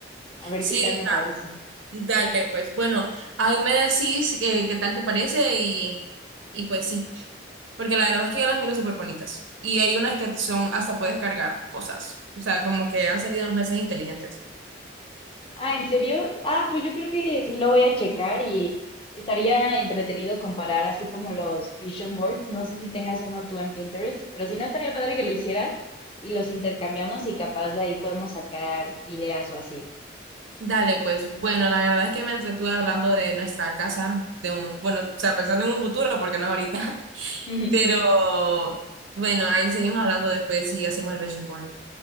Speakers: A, on the left; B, on the right.
A: a ver
B: Sí,
A: qué tal me parecen.
B: dale, pues bueno, ahí me decís eh, qué tal te parece y, y pues sí, porque la verdad es que yo las miro súper bonitas y hay unas que son, hasta puedes cargar cosas, o sea, como que han salido unas mesas inteligentes.
A: Ah, ¿en serio? Ah, pues yo creo que sí lo voy a checar y estaría entretenido comparar así como los vision boards. No sé si tengas uno tú en Pinterest, pero si no estaría padre que lo hicieras y los intercambiamos y capaz de ahí podemos sacar ideas o así.
B: Dale, pues bueno, la verdad es que me entretuve hablando de nuestra casa, de un, bueno, o sea, pensando en un futuro, porque no es ahorita, <laughs>
A: <laughs>
B: pero bueno, ahí seguimos hablando después y hacemos el vision board.